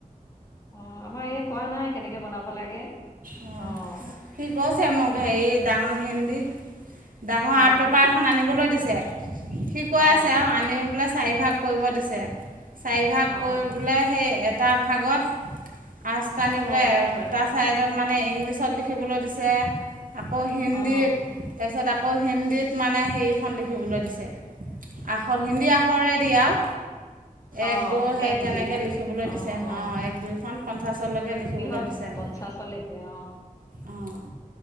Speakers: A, on the left; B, on the right.
A: অ', আমাৰ এই কোৱা নাই কেনেকে বনাব লাগে
B: অঁ
A: অ',।
B: সি কৈছে মোক হেৰি ডাঙৰ হিন্দী ডাঙৰ
A: অঁ
B: আৰ্ট পেপাৰ এখন আনিবলৈ দিছে। সি কৈ
A: অঁ
B: আছে আৰু আনি বোলে চাৰিভাগ কৰিব দিছে। চাৰিভাগ
A: অঁ
B: কৰিব বুলে সেই এটা ভাগত আছ তানি বোলে
A: অঁ
B: তাৰ চাইডত মানে ইংলিছত লিখ শিকিবলৈ দিছে আকৌ হিন্দীত
A: অঁ
B: তাৰপিছত আকৌ হিন্দীত মানে হেৰি আখৰ খন লিখিবলৈ দিছে আখৰ হিন্দী আখৰ দিয়ে আৰু
A: অঁ
B: এক দু সেই
A: এক
B: তেনেকে
A: দুইখন
B: লিখিবলৈ
A: অঁ
B: দিছে
A: অঁ
B: অ এক দুইখন পঞ্চাশলৈকে লিখিবলৈ
A: বৃহৎ
B: দিছে বোলে
A: পঞ্চাছলৈকে অ
B: অঁ